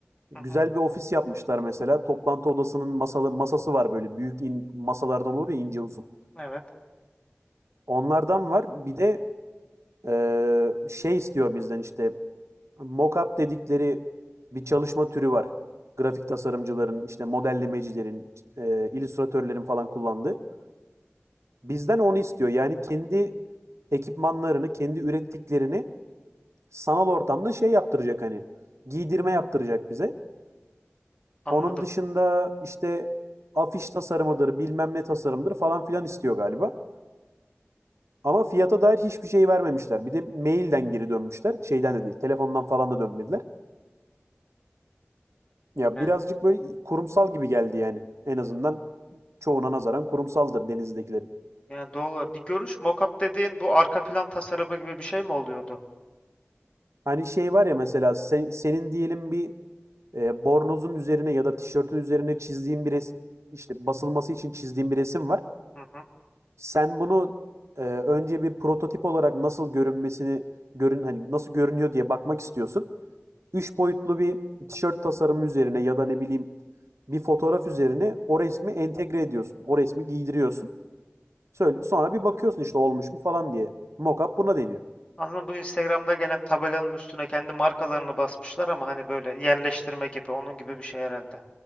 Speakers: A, on the right (about 85°); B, on the left (about 25°).
A: Güzel
B: Hı hı,
A: bir ofis yapmışlar mesela. Toplantı odasının masalı, masası var böyle büyük in- masalardan olur ya ince uzun.
B: evet
A: Onlardan var. Bir de eee, şey istiyor bizden işte mockup dedikleri bir çalışma türü var. Grafik tasarımcıların, işte modellemecilerin, eee illüstratörlerin falan kullandığı. Bizden onu istiyor. Yani kendi ekipmanlarını, kendi ürettiklerini sanal ortamda şey yaptıracak hani giydirme yaptıracak bize.
B: anladım.
A: Onun dışında işte afiş tasarımıdır, bilmem ne tasarımdır falan filan istiyor galiba. Ama fiyata dair hiçbir şey vermemişler. Bir de mailden geri dönmüşler. Şeyden de değil, telefondan falan da dönmediler. Ya
B: Yani,
A: birazcık böyle kurumsal gibi geldi yani. En azından çoğuna nazaran kurumsaldır denizdekilerin.
B: yani doğru. Bir görüş mockup dediğin bu arka plan tasarımı gibi bir şey mi oluyordu?
A: Hani şey var ya mesela sen- senin diyelim bir e, bornozun üzerine ya da tişörtün üzerine çizdiğin bir resim, işte basılması için çizdiğin bir resim var.
B: Hı hı.
A: Sen bunu e, önce bir prototip olarak nasıl görünmesini görün hani nasıl görünüyor diye bakmak istiyorsun. Üç boyutlu bir tişört tasarımı üzerine ya da ne bileyim bir fotoğraf üzerine o resmi entegre ediyorsun. O resmi giydiriyorsun. Söyle, sonra bir bakıyorsun işte olmuş mu falan diye. Mockup buna deniyor.
B: Anladın Bu Instagram'da gelen tabelanın üstüne kendi markalarını basmışlar ama hani böyle yerleştirme gibi onun gibi bir şey herhalde.